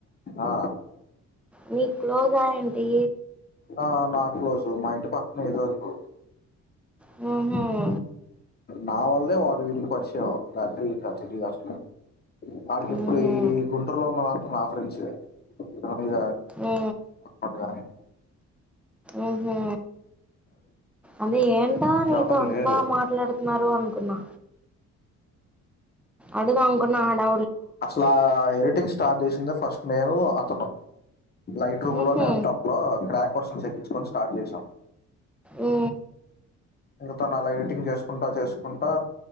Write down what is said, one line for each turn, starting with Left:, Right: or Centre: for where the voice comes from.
Left: ఆ
Centre: మీక్ క్లోజా ఏంటి
Left: ఆ నా క్లోజు మా ఇంటి పక్కన ఇది వరకు
Centre: హూహు
Left: నా వల్లే వాడు వీడికి పరిచయం లేకపోతే వీడికి తెలిదు అసలు వాడికి ఇప్పుడు
Centre: ఊహూ
Left: ఈ గుంటూరులో ఉన్నోలంత నాఫ్రెండ్స్ ఏ కానీ
Centre: ఊ
Left: అది
Centre: ఊహూ అదే ఏం నీతో
Left: ఎవరు
Centre: అంత
Left: లేరు
Centre: బాగా మాట్లాడు మరో అనుకున్నా అడు అంకున్న ఆడా
Left: అసలా ఎరిట్ ఎడిటింగ్ స్టార్ట్ చేసిందె ఫస్ట్ నేను అతను లైట్ రూమ్
Centre: ఊహూ
Left: లో ల్యాప్ టాప్ లో క్రాక్ వెర్షన్ చేపించుకొని కొని స్టార్ట్ చేసాం
Centre: ఊ
Left: తను అలా ఎడిటింగ్ చేసుకుంటా చేసుకుంటా